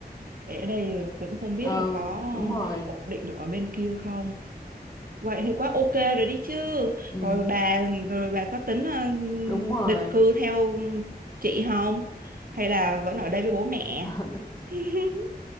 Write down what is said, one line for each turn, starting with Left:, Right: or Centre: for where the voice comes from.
Right: để ở đây cũng không biết
Left: ờ
Right: là có
Left: đúng rồi
Right: ổn định được ở bên kia không. Vậy thì quá ok rồi đi chứ.
Left: ừ,
Right: Rồi bà rồi bà có tính ờ,
Left: đúng rồi
Right: định cư theo chị không? Hay là vẫn ở đây với bố mẹ?
Left: <laughs>
Right: <laughs>